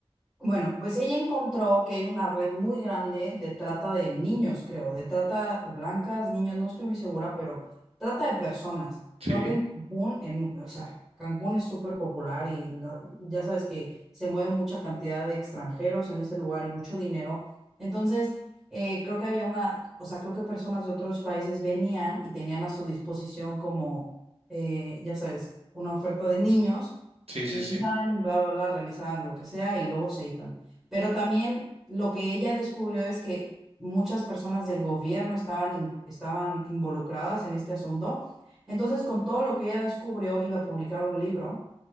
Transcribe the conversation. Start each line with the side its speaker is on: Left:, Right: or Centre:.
Centre: Bueno, pues ella encontró que hay una red muy grande de trata de niños, creo, de trata blancas, niños, no estoy muy segura, pero trata de personas.
Right: Sí,
Centre: Creo que en Cancún, en, o sea, Cancún es súper popular y la- ya sabes que se mueve mucha cantidad de extranjeros en ese lugar y mucho dinero. Entonces, eh, creo que había una, o sea, creo que personas de otros países venían y tenían a su disposición como, eh, ya sabes, una oferta de niños
Right: sí,
Centre: y
Right: sí, sí,
Centre: iban, bla, bla, bla, realizaban lo que sea y luego se iban. Pero también lo que ella descubrió es que muchas personas del gobierno estaban, in- estaban involucradas en este asunto. Entonces, con todo lo que ella descubrió, iba a publicar un libro